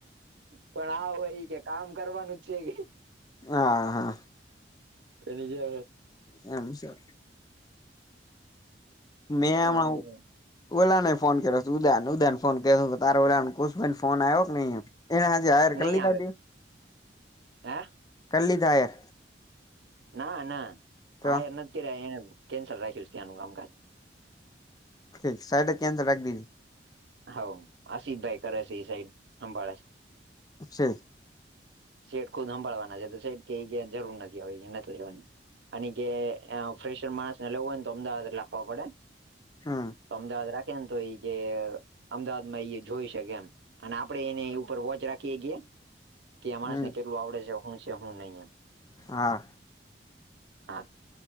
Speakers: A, on the right; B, on the left.
A: પણ આ હો એ કામ કરવાનું છે કે
B: હા હા
A: એનીજે
B: હમ સર મેમણા
A: વાંધો નહી
B: ઓલા ને ફોન કર્યો ઉદા ઉદાને ફોન કર્યો ત ઓશ ફોન આવ્યો કે નહી એના હજ હાયર કલી
A: નહી
B: થ
A: આવે હે
B: કલ્લીધાયર
A: ના ના
B: તો
A: હ ાર નથી કર્યા કેન્સલ રાખ્યું ત્યાંનું કામકાજ
B: ઠક સા ક્યાન્સ રાખ દી
A: હ આસિતભાઈ કરશેઈ સાઈડ હંભાળા
B: છે
A: સેટ ખુદ સાંભાળવાના છે તો સેટ કે્યા જરૂર નથી આવે એ નથી લેવાની અને કે ફ્રેશર માણસ ને લેવું હોય ને તો અમદાવાદ એટ લ આપવા પડે
B: હા
A: તો અમદાવાદ રાખે ને તો એઈ જે અમદાવાદ માં એ જોઈ શકે એમ અને આપડે એને ઉપર વોચ રાખીએ છીએ કે અ માણસ
B: હમ
A: ને કેટલું આવડે છે હું છે હું નહી એમ
B: હા
A: હા